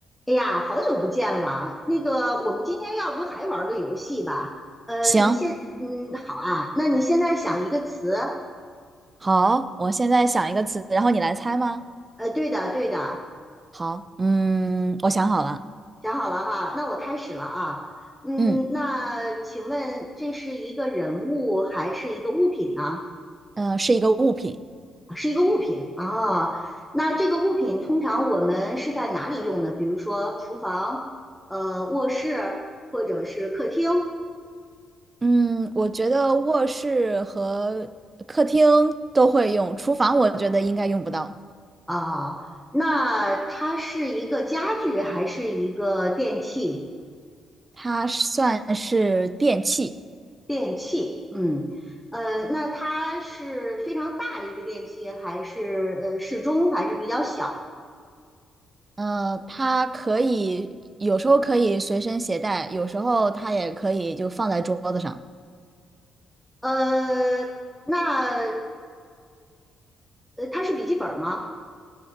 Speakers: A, in the centre; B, on the right (about 25°).
A: 哎呀，好久不见了。那个，我们今天要不还玩个游戏吧？呃，
B: 行，
A: 你先，嗯，好啊。那你现在想一个词，
B: 好，我现在想一个词，然后你来猜吗？
A: 呃，对的，对的，
B: 好，嗯，我想好了，
A: 想好了哈。那我开始了啊。嗯，
B: 嗯，
A: 那请问这是一个人物还是一个物品呢？啊
B: 呃，是一个物品，
A: 是一个物品啊。那这个物品通常我们是在哪里用的？比如说厨房、呃，卧室或者是客厅。
B: 嗯，我觉得卧室和客厅都会用，厨房我觉得应该用不到，
A: 啊，那它是一个家具还是一个电器？
B: 它算是电器，
A: 电器，嗯，呃，那它是非常大的一个电器，还是呃适中，还是比较小？
B: 呃，它可以有时候可以随身携带，有时候它也可以就放在桌子上，
A: 呃，那呃呃，它是笔记本吗？